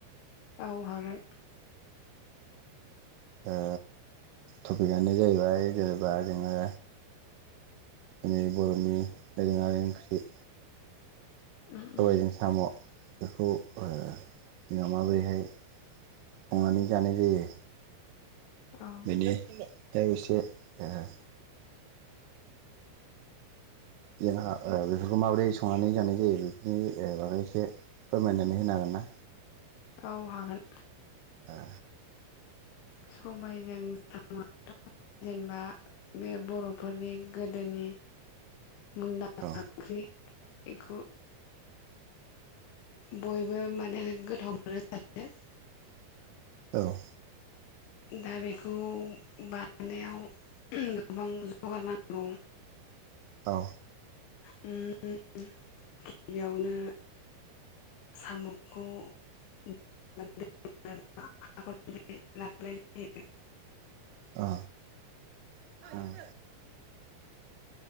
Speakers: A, on the left; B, on the right.
A: औ हागोन।
B: ओ टपिकआनो जाहैबाय जेनेबा जोङो। दिनै बर'नि दोरोङारि ओंख्रि।
A: उम
B: सबायजों
A: उम
B: साम'। बेखौ ओ जोंहा माबोरैहाय संनानै जानाय जायो।
A: औ
B: बेनि इसे ओ जोंहा ओ बेफोरखौ माबोरै संनानै जानाय जायो बेफोरनि बागै एसे फोरमायनानै होनो हागोन ना?
A: औ हागोन।
B: ओ।
A: सबायाइजों साम' जेनेबा बे बर'फोरनि गोदोनि मुंदांखा
B: ओ
A: ओंख्रि। बेखौ बयबो माने गोथाव मोनो जानो।
B: औ।
A: दा बेखौ बानायनायाव गोबां जगार नांगौ।
B: औ।
A: उम। गिबियावनो साम'खौ <unintelligible> <unintelligible> <unintelligible> <unintelligible> जेनेबा हरसे
B: औ ओं